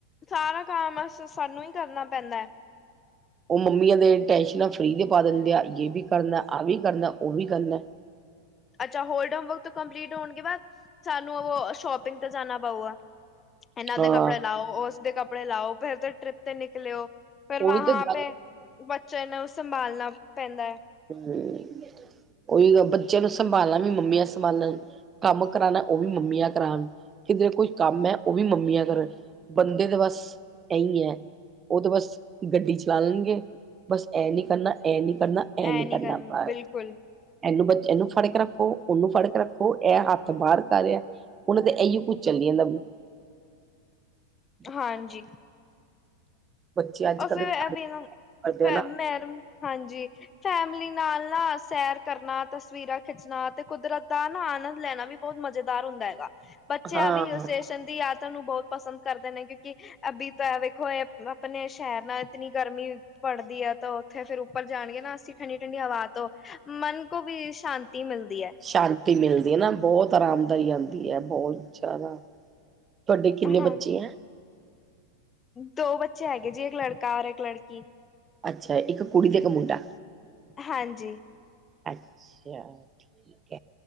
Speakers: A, on the left; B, on the right.
A: ਸਾਰਾ ਕੰਮ ਅਸ ਸਾਨੂੰ ਈ ਕਰਨਾ ਪੈਂਦੈ
B: ਔ ਮੰਮੀਆਂ ਦੇ ਟੈਂਸ਼ਨਾਂ ਫਰੀ ਦੇ ਪਾ ਦਿੰਦੇ ਆ, ਇਹ ਵੀ ਕਰਨਾ, ਆਹ ਵੀ ਕਰਨਾ ਉਹ ਵੀ ਕਰਨਾ।
A: ਅੱਛਾ ਹੋਲਡੇ ਹੋਮ ਵਰਕ ਤੋਂ ਕੰਪਲੀਟ ਹੋਣਗੇ ਬਾਅਦ ਸਾਨੂੰ ਔ ਸ਼ੋਪਿੰਗ ਤੇ ਜਾਣਾ ਪਊਗਾ। ਐਨਾਂ
B: ਹਾਂ
A: ਦੇ ਕੱਪੜੇ ਲਾਔ, ਉਸਦੇ ਕੱਪੜੇ ਲਾਔ ਫੇਰ ਤੇ ਟ੍ਰਿਪ ਤੇ ਨਿਕਲੇਔ। ਫੇਰ ਵਾਂਹਾਂ
B: ਉਹੀ ਤਾਂ ਗੱਲ
A: ਪੇ ਬੱਚੇ ਨੂੰ, ਔ ਸੰਭਾਲਣਾ ਪੈਂਦਾ ਐ
B: ਹਮ, ਔਈਯੋ ਬੱਚੇਆਂ ਨੂੰ ਸੰਭਾਲਣਾ ਵੀ ਮੰਮੀਆਂ ਸੰਭਾਲਣ ਕੰਮ ਕਰਾਨਾ ਔ ਵੀ ਮੰਮੀਆਂ ਕਰਾਨ, ਕਿਧਰੇ ਕੋਈ ਕੰਮ ਐ, ਔਵੀ ਮੰਮੀਆਂ ਕਰਨ। ਬੰਦੇ ਤੇ ਬਸ ਏਂਈ ਐ ਔ ਤਾਂ ਬਸ ਗੱਡੀ ਚਲਾ ਲੈਣਗੇ। ਬਸ ਐ ਨੀ ਕਰਨਾ, ਐ ਨੀ ਕਰਨਾ ਐਨੀ
A: ਐ
B: ਕਰਨਾ
A: ਨੀ ਕਰ
B: ਬਾ
A: ਬਿਲਕੁਲ
B: ਐਨੂੰ ਬਚੇ ਐਨੂੰ ਫੜ ਕੇ ਰੱਖੋ, ਔਨੂੰ ਫੜਕ ਰੱਖੋ, ਐ ਹੱਥ ਬਾਰ ਕਰ ਰੇਯਾ। ਔਨੂ ਤੇ ਐਇਯੋ ਕੁੱਝ ਚਾ ਈ ਦਾ <unintelligible>
A: ਹਾਂਜੀ।
B: ਬੱਚੇ ਅੱਜ
A: ਅਸੀ
B: ਕੱਲ ਦੇ
A: ਫੇਰ
B: ਤੰਗ
A: ਐਵੀ ਐਨੂੰ,
B: ਕਰਦੇ
A: ਮੈਮ
B: ਆ ਨਾ
A: ਮੈਰਮ ਹਾਂਜੀ। ਫੈਮਲੀ ਨਾਲ ਨਾ ਸੈਰ ਕਰਨਾ ਤਸਵੀਰਾਂ ਖਿੱਚਣਾ ਤੇ ਕੁਦਰਤ ਦਾ ਨਾ ਆਨੰਦ ਲੈਣਾ ਵੀ ਬਹੁਤ ਮਜ਼ੇਦਾਰ ਹੁੰਦਾ ਹੈਗਾ ਬੱਚੇ
B: ਹਾਂ
A: ਆ ਵੀ ਸਟੇਸ਼ਨ ਦੀ ਯਾਤਰਾ ਨੂੰ ਬਹੁਤ ਪਸੰਦ ਕਰਦੇ ਨੇ ਕਿਉਂਕਿ ਬੀ ਤਾਂ ਵੇਖੋ ਇਹ ਆਪਣੇ ਸ਼ਹਿਰ ਨਾਲ ਇਤਨੀ ਗਰਮੀ ਪੜਦੀ ਹੈ ਤਾਂ ਉੱਥੇ ਫੇਰ ਉੱਪਰ ਜਾਣਗੇ ਨਾ ਅਸੀਂ ਠੰਡੀ ਠੰਡੀ ਹਵਾ ਤੋਂ ਮਨ ਕੋ ਵੀ ਸ਼ਾਂਤੀ ਮਿਲਦੀ ਹੈ।
B: ਸ਼ਾਂਤੀ ਮਿਲਦੀ ਹੈ ਨਾ ਬਹੁਤ ਆਰਾਮਦਾਈ ਆਦੀ ਹੈ ਬਹੁਤ ਜ਼ਿਆਦਾ ਤੁਹਾਡੇ ਕਿੰਨੇ
A: ਹਾਂ
B: ਬੱਚੇ ਹੈ।
A: ਦੋ ਬੱਚੇ ਹੈਗੇ ਜੀ ਇੱਕ ਲੜਕਾ ਔਰ ਇੱਕ ਲੜਕੀ
B: ਅੱਛਾ ਇੱਕ ਕੁੜੀ ਤੇ ਇੱਕ ਮੁੰਡਾ
A: ਹਾਂਜੀ
B: ਅੱਛਾ ਠੀਕ